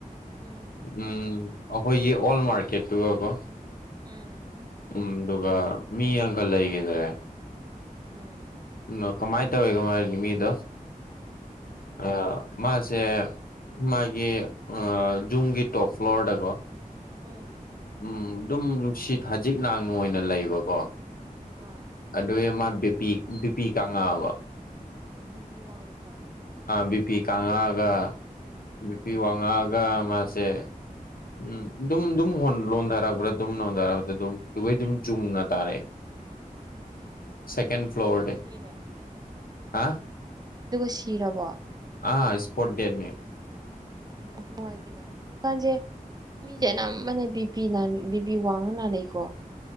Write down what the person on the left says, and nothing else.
ꯎꯝ ꯑꯩꯈꯣꯏꯒꯤ ꯑꯣꯜ ꯃꯥꯔꯀꯦꯠꯇꯨꯒꯀꯣ
ꯎꯝ ꯑꯗꯨꯒ ꯃꯤ ꯑꯪꯀꯜ ꯂꯩꯒꯗꯦ
ꯣ ꯀꯃꯥꯏꯅ ꯇꯧꯋꯣ ꯃꯥ ꯃꯤꯗꯣ ꯑ ꯃꯥꯁ ꯁꯦ ꯃꯥꯒꯤ ꯖꯨꯝꯒꯤ ꯇꯣꯞ ꯐ꯭ꯂꯣꯔꯗꯀꯣ
ꯑꯗꯨꯝ ꯅꯨꯡꯁꯤꯠ ꯊꯖꯤꯛ ꯥꯡꯅ ꯑꯣꯏꯅ ꯂꯩꯕꯀꯣ
ꯑꯗꯨ ꯃꯥ ꯕꯤꯄꯤ ꯕꯤꯄꯤ ꯀꯥꯡꯉꯥꯕ
ꯕꯤꯄꯤ ꯀꯉꯛꯑꯒ ꯅꯨꯄꯤ ꯋꯥꯡꯉꯛꯑꯒ ꯃꯥꯁꯦ ꯎꯝ ꯑꯗꯨꯝ ꯑꯗꯨꯝ ꯂꯣꯟꯊꯔꯛꯄ꯭ꯔꯥ ꯑꯗꯨꯝ ꯂꯣꯟꯊꯔꯛꯄꯗ ꯑꯗꯨꯝ ꯑꯗꯨꯒꯩ ꯑꯗꯨꯝ ꯆꯨꯡꯅ ꯇꯥꯔꯛꯑꯦ
ꯁꯦꯀꯦꯟ ꯐ꯭ꯂ꯭ꯂꯣꯔ
ꯗ
ꯍꯥ
ꯑ ꯏꯁꯄꯣꯔꯠ ꯗꯦꯅꯤ
ꯎꯝ